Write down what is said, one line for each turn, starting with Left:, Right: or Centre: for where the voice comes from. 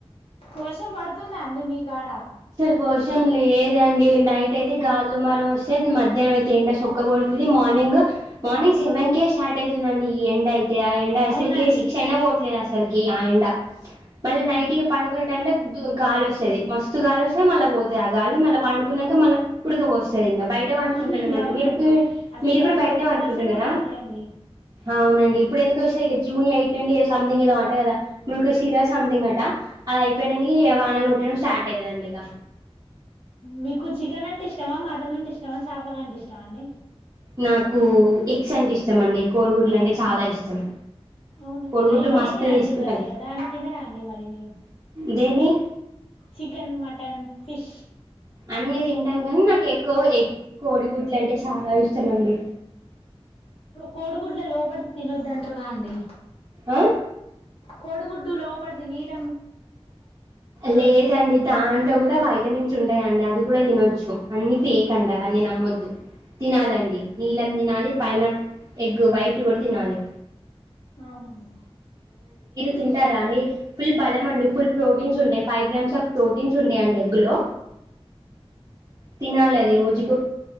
Left: వర్షం పడుతుందా అండి మీ కాడ
Right: అసలు వర్షం లేదండి నైట్ అయితే గాల్ దుమారం వస్తే మధ్యాహ్నం అయితే ఎండ సోక్క కొడుతుంది మార్నింగ్ మార్నింగ్ సెవెన్ కేే స్టార్ట్ అవుతుందండి ఈ ఎండ అయితే ఎండా అసల్
Left: అవునండి
Right: క శిక్షషణనే బఓట్లే చలికి ఆయండ మళ్
Left: ఉమ్
Right: నై పని కు టై గాలి వస్తుేది మస్తు మాసుస్తే మళ్ళా పోతే గాలి మళ్ళ పండుకున్నాక మళ్ళీ ఊడక వస్త సరే బయట వనుకుంటున్నామ
Left: అవునండి
Right: అండి
Left: అవునండి
Right: మీరు
Left: అసలు
Right: మీరు
Left: వర్షం
Right: కూడా బయటనే
Left: ఒక్క
Right: వనుకుంటున్నారా
Left: వర్షం కూడా రాట్లే అండి
Right: అవునండి ఇప్పుడు ఎందుకు వస్తాయి ఇ జూన్ ఎయిట్ నుండి సంథంగ్ ఏదో అంట కదా మృగ శీరా సంథింగ్ అట అది అయిపోయాక వానల్ట్ <unintelligible> ట్టేదండడిగా
Left: మీకు చికెన్ అంటే ఇష్టమా మటన్ అంటే ఇష్టమా చేపల అంటే ఇష్టండి
Right: నాకు ఎక్స్ అంటే మండి కోడ్లు అంటే చాలా ఇష్టం
Left: అవునా
Right: కోడిగుడ్లు
Left: ఇదేక
Right: మస్తు
Left: రండి
Right: తీసుకుంటాం
Left: మరి దాన్ని తిన రండి మరి మీరు
Right: దేన్ని
Left: చికెన్ మటన్ ఫిష్
Right: అన్ని తింటాం కానీ నాకు ఎక్కువ ఎ కోడిగుడ్లు అంటే చాలా ఇష్టం అండి
Left: కోడు కూడ్లా లోపడుత తినొద్దంటారుగా అండి
Right: ఆ
Left: కొడుగుడ్డు లోపడిది నీల
Right: లేదండి దాంట్లో కూడా వైపు విటమిన్స్ ఉంటాయంండి అది కూడా తినొచ్చు అన్నిీ ఫేయకండి అవన్నీ నమ్మద్దు తినాలండి నీలం దనా పైన ఎగ్ బైట్ కూడా తినాలి
Left: అవునడి
Right: తింటా రాణి ఫుల్ బాలా మడి ఫుల్ ప్రోటీన్స్ ఉంటాయి ఫైవ్ గ్రామ్స్ ఆఫ్ ప్రోటీన్స్ ఉంటాయంండి ఎగ్గు లో తినాల అది రోజు జకు